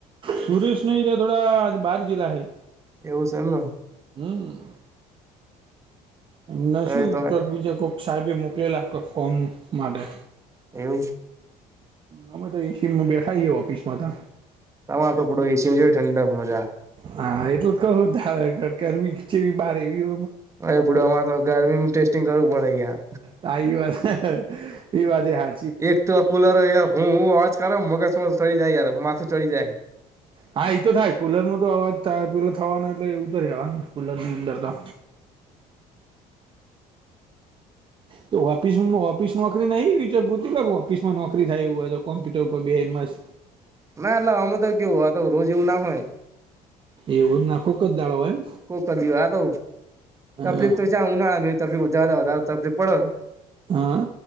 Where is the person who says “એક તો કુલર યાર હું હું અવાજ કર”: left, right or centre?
Right